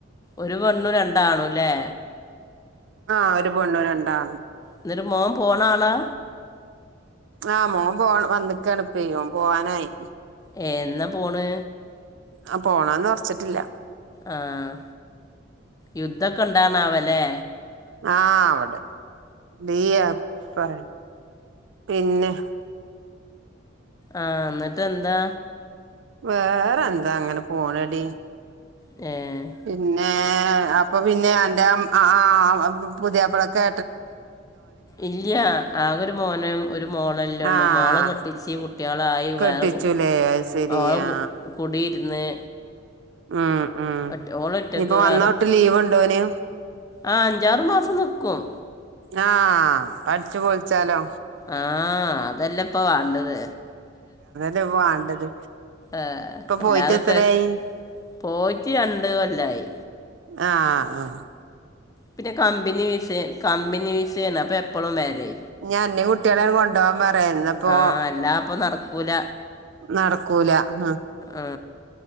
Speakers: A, on the left; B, on the right.
A: ഒരു പെണ്ണും രണ്ടാണൂല്ലേ
B: ആഹ് ഒരു പെണ്ണും രണ്ടാണും
A: ഇന്ന്ട്ട് മോൻ പോണാളാ
B: ആഹ് മോൻ പോവാ വന്ന്ക്കാണിപ്പേ ഓൻ പോവാനായി
A: ഏഹ് എന്നാ പോണ്?
B: ആഹ് പോണൊന്നും ഒറച്ചിട്ടില്ല
A: ആഹ് യുദ്ധൊക്കെ ഇണ്ടാണാവോല്ലേ?
B: ആ അവടെ ബീ പറ പിന്നെ
A: ആഹ് ന്നിട്ട് എന്താ
B: വേറെന്താ അങ്ങനെ പോണടി
A: ഏഹ്
B: പിന്നെ അപ്പൊ പിന്നെ അന്റെ ആ ബ പു പുതിയപ്പളൊക്കെ
A: ഇല്ല ആകൊരു മോനു ഒരു മോളല്ലേള്ളൂ
B: ആഹ്
A: മോള കെട്ട ട്ടിച്ച് കുട്ട്യാളായി
B: കെട്ടിച്ചുലേ
A: വേറെ
B: അത് ശരി
A: ഓള
B: ആ
A: കു കുടിയിരുന്ന്
B: ഉം ഉം
A: ഒറ്റ ഓളൊറ്റക്ക്
B: ഇനിയിപ്പോ
A: വേറെ
B: വന്നോട്ട് ലീവ് ഉണ്ടോന്
A: ആഹ് അഞ്ചാറ്മാസം നിക്കും
B: ആഹ് അപ്പംഅടിച്ച് പൊളിച്ചാലോ
A: ആ അതല്ലേപ്പാ വാണ്ടത്
B: തെ വാണ്ടത്
A: ഏഹ്
B: ഇപ്പൊ
A: അല്ലാതെപ്പ
B: പോയിട്ട് എത്രായി
A: പോയിറ്റ് രണ്ട് കൊല്ലായി
B: ആഹ് ആ
A: പിന്നെ കമ്പിനിവിസ കമ്പിനിവിസേണ് അപ്പൊ എപ്പളു വെരെ
B: ഞ്ഞി അന്നീ കുട്ട്യോളെ കൊണ്ടുവാപറയിന്നപ്പോ
A: ആ അല്ല അപ്പൊ നടക്കൂല
B: നടക്കൂല അഹ്
A: ആ